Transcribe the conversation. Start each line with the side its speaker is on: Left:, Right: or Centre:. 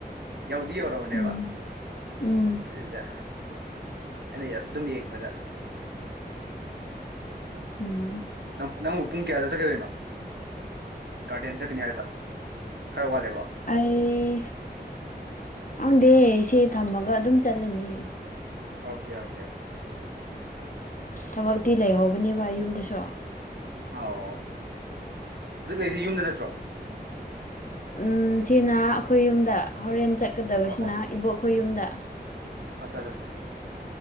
Right: ꯌꯧꯗꯤ ꯌꯧꯔꯕꯅꯦꯕ
Left: ꯎꯝ ꯎꯝ
Right: ꯑꯗꯨꯗ ꯑꯩꯅ ꯑꯗꯨꯝ ꯌꯦꯡꯕꯗ
Left: ꯎꯝ
Right: ꯅꯪ ꯅꯪꯕꯨ ꯄꯨꯡ ꯀꯌꯥꯗ ꯆꯠꯀꯗꯣꯏꯅꯣ ꯒꯥꯔꯗꯦꯟ ꯆꯠꯀꯅꯤ ꯍꯥꯏꯗꯣ ꯈꯔ ꯋꯥꯂꯦꯕ
Left: ꯑꯩ ꯈꯪꯗꯦ ꯁꯤ ꯊꯝꯃꯒ ꯑꯗꯨꯝ ꯆꯠꯂꯅꯤ
Right: ꯑꯣꯀꯦ ꯑꯣꯀꯦ ꯑꯣꯀꯦ
Left: ꯊꯕꯛꯇꯤ ꯂꯩꯍꯧꯕꯅꯦꯕ ꯌꯨꯝꯗꯁꯨ
Right: ꯑꯥꯎ ꯍꯧꯖꯤꯛ ꯂꯩꯔꯤꯁꯦ ꯌꯨꯝꯗ ꯅꯠꯇ꯭ꯔꯣ
Left: ꯎꯝ ꯁꯤꯅ ꯑꯩꯈꯣꯏ ꯌꯨꯝꯗ ꯍꯣꯔꯦꯟ ꯆꯠꯀꯗꯕꯁꯤꯅ
Right: ꯑꯣ ꯑꯣ
Left: ꯏꯕꯣꯛꯈꯣꯏ ꯌꯨꯝꯗ
Right: ꯑꯠꯆꯥ ꯆꯥ ꯆꯥ